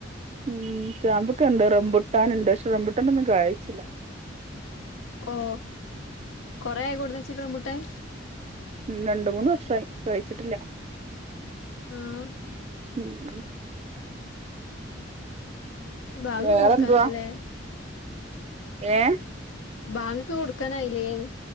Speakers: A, on the right; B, on the left.
A: ഉം ചാമ്പക്ക ഒണ്ട് റംബുട്ടനോണ്ട് പഷേ റംബുട്ടാനോന്നും കായിച്ചില്ല
B: ഓഹ് കൊറേ ആയോ കൊടുന്ന്ച്ചിട്ട് റംബുട്ടാൻ
A: ഉം രണ്ട് മൂന്ന് വർഷായി കായ്ച്ചിട്ടില്ല
B: ആഹ്
A: ഉം ഉം
B: ബാങ്ക്
A: വേറെന്തുവാ
B: കൊടുക്കാനായല്ലേ
A: ഏ
B: ബാങ്കൊക്കെ കൊടുക്കാനായില്ലേന്ന്